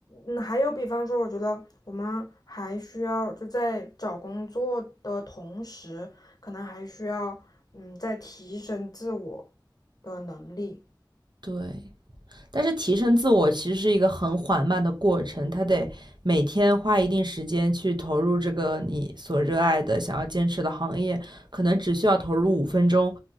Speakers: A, on the left; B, on the right.
A: 嗯，还有比方说，我觉得我们还需要就在找工作的同时，可能还需要嗯，在提升自我的能力。
B: 对，但是提升自我其实是一个很缓慢的过程，它得每天花一定时间去投入这个你所热爱的、想要坚持的行业，可能只需要投入五分钟，